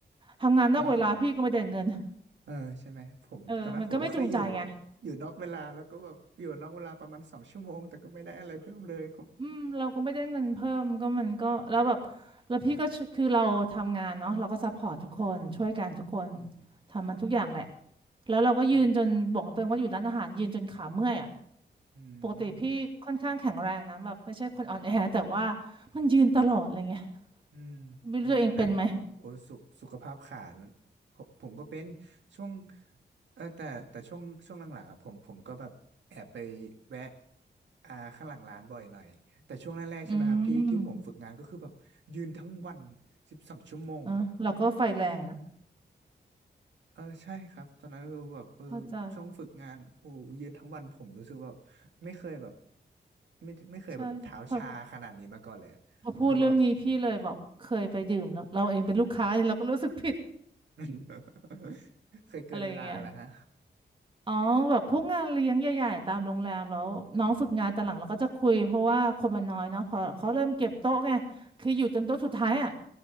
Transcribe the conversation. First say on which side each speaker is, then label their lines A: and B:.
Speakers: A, on the right (about 30°); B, on the right (about 85°).
A: ทำงานนอกเวลาพี่ก็ไม่ได้เงิน
B: เราเออใช่ไหมผมตอนนั้นผมก็เคยอยู่แบบอยู่นอกเวลาแล้วก็แบบอยู่นอกเวลาประมาณสองชั่วโมงแต่ก็ไม่ได้อะไรเพิ่มเลยก็
A: เออ มันก็ไม่จูงใจไงอืม เราก็ไม่ได้เงินเพิ่มก็มันก็แล้วแบบแล้วพี่ก็ชคือเราทำงานเนาะเราก็ซัพพอร์ตทุกคนช่วยกันทุกคน
B: อืมครับ
A: ทำมันทุกอย่างแหละแล้วเราก็ยืนจนบอกเติงว่าอยู่ร้านอาหารยืนจนขาเมื่อยอ่ะ
B: อืมอื
A: ปกติพี่ค่อนข้างแข็งแรงนะแบบไม่ใช่คนอ่อนแอแต่ว่า
B: ม
A: มันยืนตลอดอะไรเงี้ย
B: อืมโอ้ยนัดโอ้ยสุขสุขภาพขาด
A: ไม่รู้ตัวเองเป็นไหม
B: ผมผมก็เป็นช่วงเออแต่แต่ช่วงช่วงหลังๆอ่ะผมผมก็แบบแอบไปแวะอ่าข้างหลังร้านบ่อยหน่อยแต่ช่วงแรกๆใช่ไหมครับที่ที่ผมฝึกงานก็คือแบบยืนทั้งวัน
A: อืม
B: สิบสองชั่วโมง
A: เออเราก็ไฟแรงนะ
B: เออใช่ครับตอนนั้นคือแบบเออช่วงฝึกงานโอ้ยืนทั้งวันผมรู้สึกแบบ
A: เข้าใจ
B: ไม่เคยแบบไม่ไม่เคยแบบเท้าชาขนาดนี้มาก่อนเลยอะคือแบบ
A: ใช่พอพอพูดเรื่องนี้พี่เลยแบบเคยไปดื่มแล้วเราเองเป็นลูกค้าเนี่ยเราก็รู้สึกผิด
B: <laughs> เคยเกินเวลาเหรอฮะ
A: อะไรอย่างเงี้ย อ๋อแบบพวกงานเลี้ยงใหญ่ๆตามโรงแรมแล้วน้องฝึกงานตอนหลังเราก็จะคุยเพราะว่าคนมันน้อยเนาะพอเขาเริ่มเก็บโต๊ะไงคืออยู่จนโต๊ะสุดท้ายอ่ะ